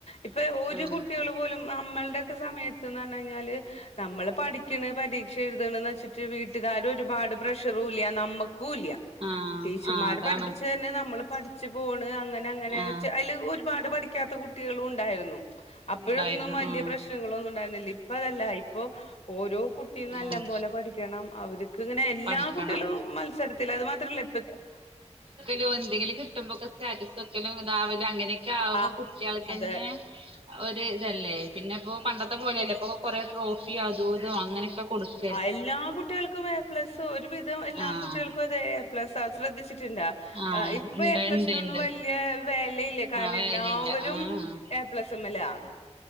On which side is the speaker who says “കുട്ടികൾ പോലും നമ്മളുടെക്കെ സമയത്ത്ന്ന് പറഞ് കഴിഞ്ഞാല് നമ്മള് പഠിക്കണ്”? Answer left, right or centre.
Left